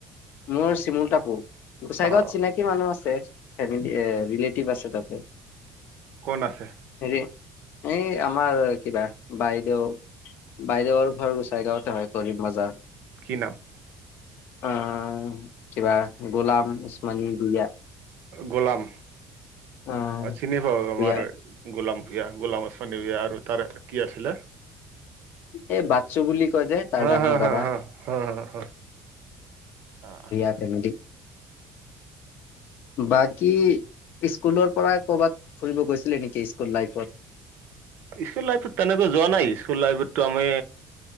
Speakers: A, on the left; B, on the right.
A: মোৰ চিমুলটা গোচাইগাঁৱত
B: অ
A: চিনাকি মানুহ আছে ফেমিলি এ ৰিলেটিভ আছে তাতে
B: কোন আছে
A: হেৰি এই আমাৰ কিবা বাইদেউ বাইদেউৰ ঘৰ গুচাই গাওঁতে হয় কৰিব মজা
B: কি নাম?
A: আহ কিবা গোলাম সস মানী বিয়া?
B: গোলাম
A: আহ
B: চিনি পাব আমাৰে
A: ভূঞা
B: গোলাম বিয়া গোলাম আচানী বিয়া আৰু তাৰে কি আছিলে।
A: এই বাকছো বুলি যে তাৰ
B: হা
A: দাঙ
B: হা
A: ন
B: হা
A: দাদা
B: হা হা হা হা অ
A: এইয়া ফেমিলি বাকী স্কুলৰ পৰা কৰ'ৰবাত ফুৰিব গৈছিলে নেকি স্কুল লাইফত
B: স্কুল লাইফত তেনেকৈ যোৱা নাই স্কুল লাইফতো আমি।